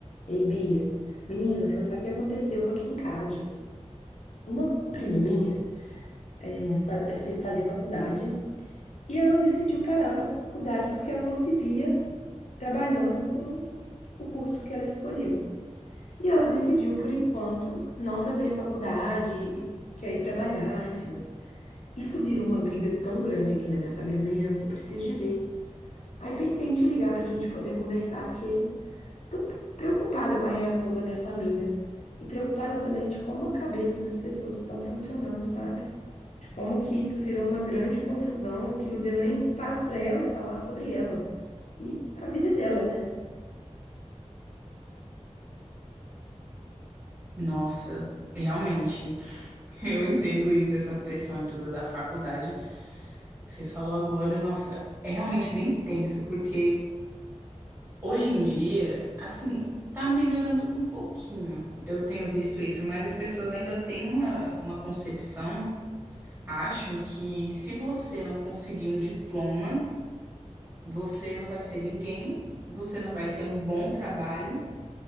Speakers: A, on the left; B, on the right.
A: Ei, Bia, menina, você não sabe o que aconteceu aqui em casa. Uma prima minha eh, fa- eh, fez fazer faculdade e ela decidiu parar a faculdade porque ela não se via trabalhando com o curso que ela escolheu. E ela decidiu, por enquanto, não fazer faculdade e quer ir trabalhar, enfim. Isso virou uma briga tão grande aqui na minha família, menina, você precisa de ver. Aí pensei em te ligar para a gente poder conversar, porque Tô preocupada com a reação da minha família e preocupada também de como a cabeça das pessoas estão funcionando, sabe? De como que isso virou uma grande confusão, que não deu nem espaço para ela falar sobre ela e a vida é dela, né?
B: Nossa, realmente, <laughs> eu entendo isso, essa pressão e tudo da faculdade. Você falou agora, nossa, é realmente bem tenso, porque hoje em dia, assim, tá melhorando um pouquinho. Eu tenho visto isso, mas as pessoas ainda têm uma, uma concepção, acham que se você não conseguir um diploma, você não vai ser ninguém, você não vai ter um bom trabalho.